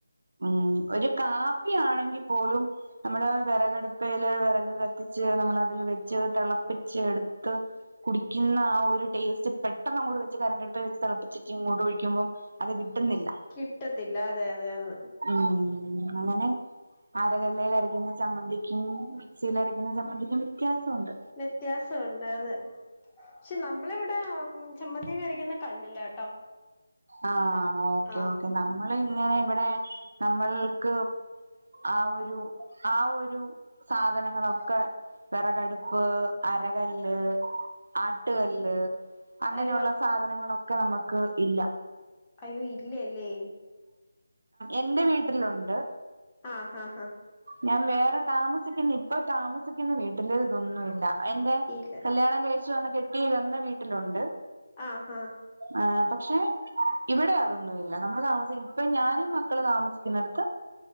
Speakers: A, on the right (about 60°); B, on the left (about 20°).
A: ഉം ഒരു കാപ്പിയാണെങ്കി പോലും. നമ്മള് വെറകടുപ്പേല് വെറക് കത്തിച്ച് നമ്മള് അതില് വെച്ച് തെളപ്പിച്ച് എടുത്ത്. കുടിക്കുന്ന ആ ഒരു ടേസ്റ്റ് പെട്ടെന്ന് അങ്ങോട്ട് വെച്ച് കരണ്ട് അടുപ്പേ വെച്ച് തെള പ്പിച്ചിട്ട് ഇങ്ങോട്ട് ഒഴിക്കുമ്പം അത് കിട്ടുന്നില്ല.
B: കിട്ടത്തില്ല അതെ അതെയന്ന്.
A: ഉം അങ്ങനെ അരകല്ലേലരക്കുന്ന ചമ്മന്തിക്കും. മിക്സിൽ അരക്കുന്ന ചമ്മന്തിക്കും വ്യത്യാസൊണ്ട്.
B: വ്യത്യാസം ഒണ്ട് അതെ. പക്ഷെ നമ്മളിവിടെ ചമ്മന്തിക്കെ അരക്കുന്ന കല്ലിലാട്ടോ.
A: ആ, ആ ഓക്കെ,
B: ആഹ്
A: ഓക്കെ നമ്മള് ഇങ്ങനെ ഇവിടെ നമ്മൾക്ക്. ആ ഒരു, ആ ഒരു സാധനങ്ങളൊക്കെ. വെറകടുപ്പ്, അരകല്ല്, ആട്ടുകല്ല്. അങ്ങനെയുള്ള
B: അയ്യോ
A: സാധനങ്ങളൊക്കെ നമുക്ക് ഇല്ല.
B: അയ്യോ ഇല്ലേ അല്ലേ.
A: എന്റെ വീട്ടിലുണ്ട്.
B: ആഹ് ആഹ് ആഹ്
A: ഞാൻ വേറെ താമസിക്കുന്ന ഇപ്പൊ താമസിക്കുന്ന വീട്ടില് ഇതൊന്നുവില്ല എൻ്റെ
B: ഇല്ല
A: കല്യാണം കഴിച്ചു വന്ന കെട്ടി വന്ന വീട്ടിലുണ്ട്
B: ആഹ് ആഹ്
A: ആഹ് പക്ഷെ ഇവിടെ അതൊന്നുവില്ല നമ്മള് താമസിക്കുന്ന ഇപ്പം ഞാനും മക്കളും താമസിക്കുന്നെടത്ത്